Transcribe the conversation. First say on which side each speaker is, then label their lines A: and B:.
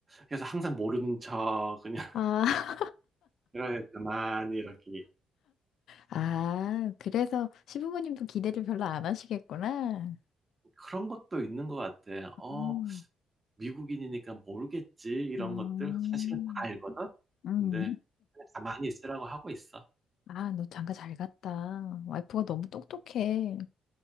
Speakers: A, on the right; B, on the left.
A: 그래서 항상 모르는 척 그냥
B: 아,
A: <laughs> 이렇게 가만히 이렇게
B: 아, 그래서 시부모님도 기대를 별로 안 하시겠구나.
A: 그런 것도 있는 것 같아. 어,
B: 음,
A: 미국인이니까 모르겠지 이런
B: 음,
A: 것들 사실은 다 알거든.
B: 음.
A: 근데 그냥 가만히 있으라고 하고 있어.
B: 아, 너 장가 잘 갔다. 와이프가 너무 똑똑해.